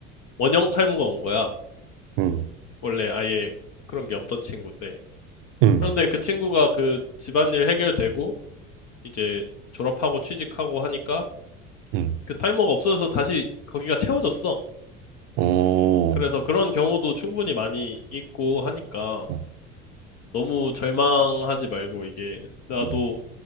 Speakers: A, on the left (about 50°); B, on the right (about 65°).
A: 원형 탈모가 온 거야.
B: 응,
A: 원래 아예 그런 게 없던 친구인데.
B: 응,
A: 그런데 그 친구가 그 집안일 해결되고 이제 졸업하고 취직하고 하니까
B: 응.
A: 그 탈모가 없어져서 다시 거기가 채워졌어.
B: 어,
A: 그래서 그런 경우도 충분히 많이 있고 하니까
B: 어,
A: 너무 절망하지 말고 이게 나도
B: 음,